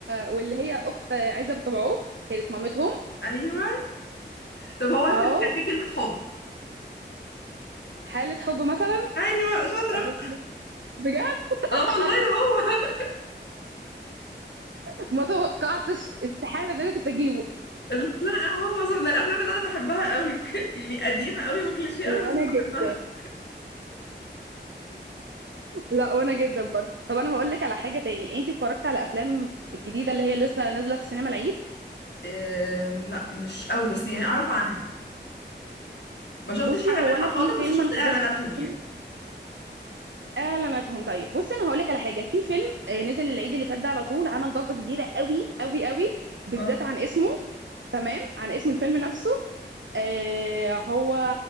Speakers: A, on the right (about 80°); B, on the left (about 65°).
A: واللي هي اخت عزه أبو تبعوف كانت مامتهم
B: ايوه طب هو الفيلم
A: اه
B: كان فيه كلمة حب
A: حالة حب مثلًا
B: ايوه شاطرة
A: أنا بجد
B: اه والله
A: أنا
B: هو
A: <laughs> ما توقعتش استحالة إن أنا كنت أجيبه.
B: <laughs> لا هو أصلاً من الافلام اللي انا بحبها قوي <laughs> يعني قديمة قوي وكليشيه
A: وأنا
B: قوي بس بحبها
A: جدًا، لأ وأنا جدًا برضه. طب أنا هاقول لِك على حاجة تاني، أنتِ اتفرجتِ على أفلام الجديدة اللي هي لسه نازلة في السينما العيد؟
B: أم، لا مش قوي بس يعني اعرف عنها ما شفتش
A: بُصّي
B: حاجة
A: هو
B: منها
A: أنا
B: خالص
A: في فيلم
B: بس شفت
A: أنا
B: اعلاناتهم
A: حضرته في السينما
B: يعني
A: إعلاناتهم طيب، بُصّي أنا هاقول لِك على حاجة، في فيلم آآ نزل العيد اللي فات ده على طول عمل ضجة كبيرة أوي، أوي، أوي، بالذات
B: اه
A: عن اسمه تمام، عن اسم الفيلم نفسه آآ هو